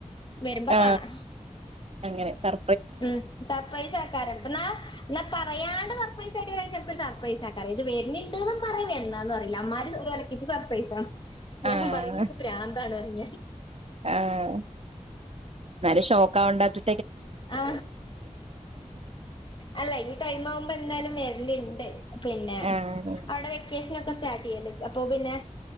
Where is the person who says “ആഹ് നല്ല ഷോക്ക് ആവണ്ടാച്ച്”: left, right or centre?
Right